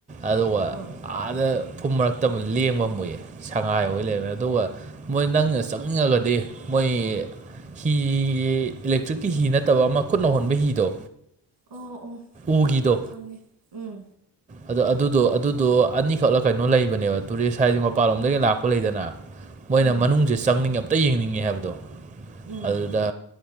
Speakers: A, on the right; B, on the right.
A: ꯑꯗꯨꯒ
B: ꯑꯥ
A: ꯑꯥꯗ ꯐꯨꯝ ꯃꯔꯛꯇ ꯑꯃꯨꯛ ꯂꯦꯡꯕ ꯃꯨꯏ ꯁꯉꯥꯏ ꯍ ꯂꯩꯕꯅꯤꯅ ꯑꯗꯨꯒ ꯃꯣꯏ ꯅꯪꯅ ꯆꯪꯅꯤꯡꯉꯒꯗꯤ ꯃꯣꯏ ꯍꯤ ꯏꯂꯦꯛꯇ꯭ꯔꯤꯛꯀꯤ ꯍꯤ ꯅꯠꯇꯕ ꯑꯃ ꯈꯨꯠ ꯅꯧꯍꯣꯟꯕ ꯍꯤꯗꯣ
B: ꯑꯣ ꯑꯣ
A: ꯎꯒꯤꯗꯣ
B: ꯈꯪꯉꯦ ꯎꯝ
A: ꯑꯗꯣ ꯑꯗꯨꯗꯣ ꯑꯗꯨꯗꯣ ꯑꯅꯤꯈꯛꯂ ꯀꯩꯅꯣ ꯂꯩꯕꯅꯦꯕ ꯇꯨꯔꯤꯁ ꯍꯥꯏꯗꯤ ꯃꯄꯥꯟꯂꯣꯝꯗꯒꯤ ꯂꯥꯛꯄ ꯂꯩꯗꯅ ꯃꯣꯏꯅ
B: ꯎꯝ
A: ꯃꯅꯨꯡꯁꯦ ꯆꯪꯅꯤꯡꯉꯦ ꯑꯝꯇ ꯌꯦꯡꯅꯤꯡꯉꯦ ꯍꯥꯏꯕꯗꯣ
B: ꯎꯝ
A: ꯑꯗꯨꯗ